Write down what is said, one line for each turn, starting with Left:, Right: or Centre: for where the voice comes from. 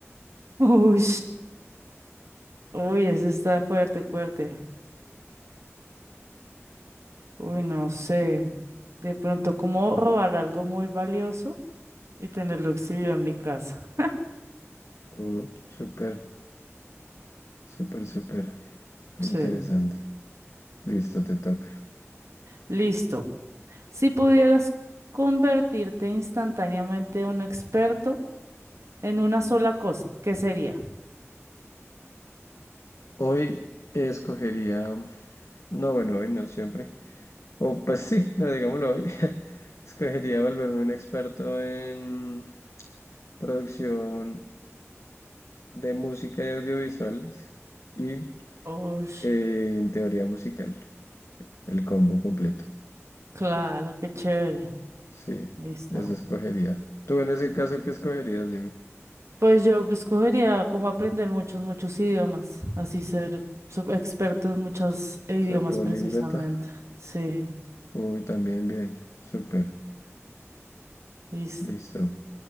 Right: <laughs> Uy, uy, ese está fuerte, fuerte. Uy, no sé. De pronto, ¿cómo robar algo muy valioso y tenerlo exhibido en mi casa?
Left: Uh, súper, súper, súper interesante.
Right: Sí.
Left: Listo, te toca.
Right: Listo. Si pudieras convertirte instantáneamente en un experto en una sola cosa, ¿qué sería?
Left: Hoy escogería, no, bueno, hoy no siempre. O pues sí, <laughs> no, digámoslo hoy. <laughs> Escogería volverme un experto en producción de música y audiovisuales y
Right: Uy,
Left: eh, en teoría musical, el combo completo.
Right: claro, qué chévere.
Left: Sí,
Right: Listo.
Left: eso escogería. Tú en ese caso, ¿qué escogerías? Dime.
Right: Pues yo escogería como aprender muchos, muchos idiomas, así ser sub- experto en muchos idiomas
Left: Ser políglota.
Right: precisamente. Sí,
Left: Uy, también bien. Súper.
Right: listo,
Left: Listo.